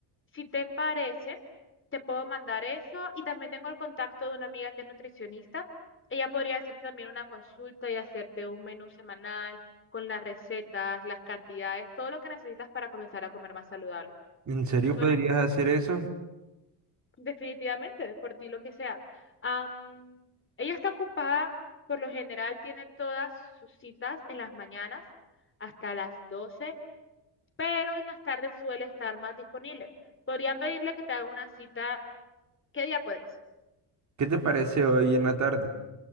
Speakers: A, on the left; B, on the right.
A: si te parece, te puedo mandar eso y también tengo el contacto de una amiga que es nutricionista. Ella podría hacerte también una consulta y hacerte un menú semanal con las recetas, las cantidades, todo lo que necesitas para comenzar a comer más saludable.
B: ¿En serio
A: ¿No te suena?
B: podrías hacer eso?
A: Definitivamente, por ti lo que sea. Am, ella está ocupada, por lo general tiene todas sus citas en las mañanas hasta las 12, pero en las tardes suele estar más disponible. Podría pedirle que te haga una cita. ¿Qué día puedes?
B: ¿Qué te parece hoy en la tarde?